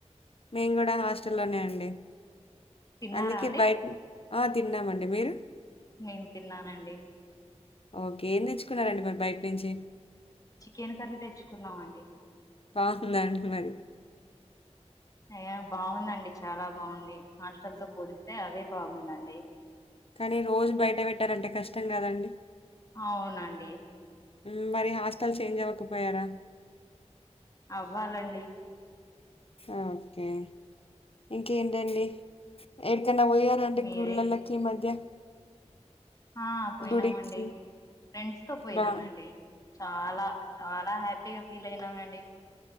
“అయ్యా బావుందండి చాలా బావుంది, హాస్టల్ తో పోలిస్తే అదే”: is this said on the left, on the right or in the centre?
Left